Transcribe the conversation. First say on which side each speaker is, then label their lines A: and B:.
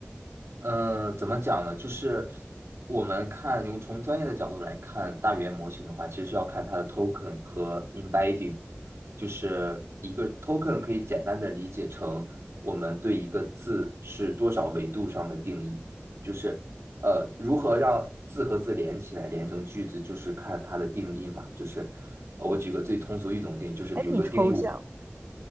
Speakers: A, on the right (about 80°); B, on the right (about 55°).
A: 嗯，怎么讲呢？就是我们看，用从专业的角度来看大语言模型的话，其实是要看它的 token 和 embedding，就是一个 token 可以简单的理解成我们对一个字是多少维度上的定义，就是呃，如何让字和字连起来，连成句子，就是看它的定义嘛。就是呃我举个最通俗易懂的定义，就是比如说定义我。
B: 还挺抽象。